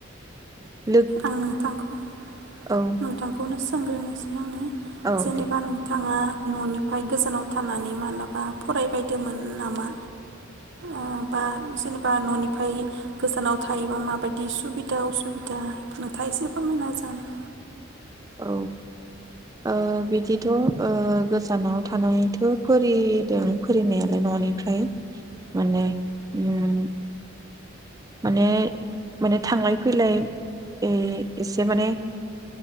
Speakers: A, on the right; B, on the right.
A: <inaudible>
B: आं नोंथांखौ
A: औ
B: नोंथांखौनो सोंग्रोनोसै आङो
A: औ
B: जेनेबा
A: दे
B: नोंथाङा न'निफ्राय गोजानाव थानानै मालाबा फरायबायदोंमोन नामा ओ बा जेनेबा न'निफ्राय गोजानाव थायोबा माबायदि सुबिदा उसुबिदा नुथा एसे फोरमायना जान <inaudible>
A: औ ओ बिदिथ' ओ गोजानाव थानानैथ' फरायदों फरायनायालाय न'निफ्राय माने उम माने माने थांलाय फैलाय एसे माने